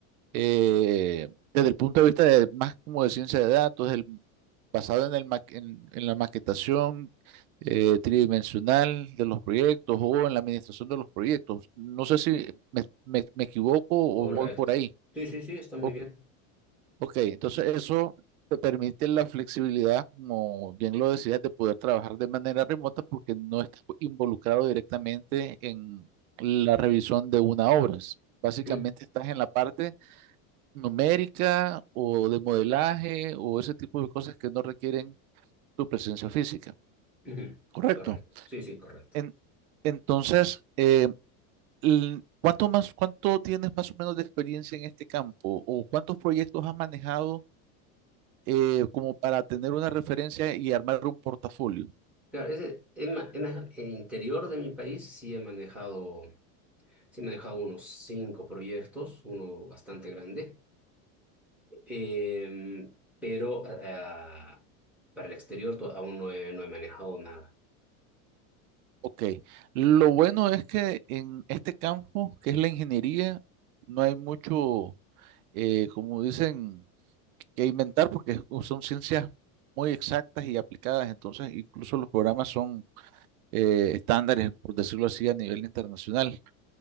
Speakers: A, on the right (about 90°); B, in the centre.
A: eh, desde el punto de vista de más como de ciencia de datos, el- basado en, el ma- en, en la maquetación eh, tridimensional de los proyectos o en la administración de los proyectos. No sé si me, me- me equivoco o
B: correcto.
A: voy por ahí.
B: Sí, sí, sí, está muy
A: O-
B: bien.
A: ok, entonces eso te permite la flexibilidad, como bien lo decías, de poder trabajar de manera remota porque no estás involucrado directamente en la revisión de una obra. Básicamente
B: Ujú,
A: estás en la parte numérica o de modelaje o ese tipo de cosas que no requieren tu presencia física.
B: ujú,
A: Correcto.
B: Correcto, sí, sí, correcto.
A: En- entonces, eh, l- ¿cuánto más, cuánto tienes más o menos de experiencia en este campo o cuántos proyectos has manejado eh, como para tener una referencia y armar un portafolio?
B: Claro, ese, en, ma- en la- el interior de mi país sí he manejado, sí he manejado unos cinco proyectos, uno bastante grande Em, pero ah, para el exterior to- aún no he, no he manejado nada.
A: Ok, lo bueno es que en este campo, que es la ingeniería, no hay mucho, eh, como dicen, que inventar porque son ciencias muy exactas y aplicadas, entonces incluso los programas son eh, estándares, por decirlo así, a nivel internacional.